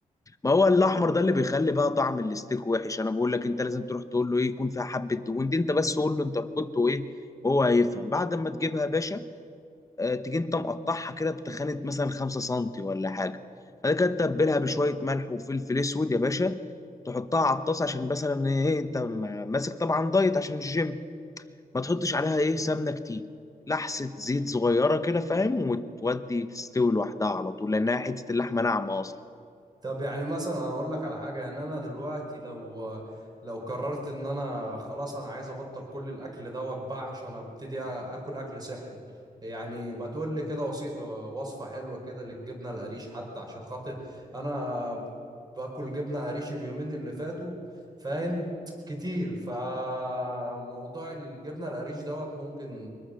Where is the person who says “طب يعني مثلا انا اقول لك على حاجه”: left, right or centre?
Right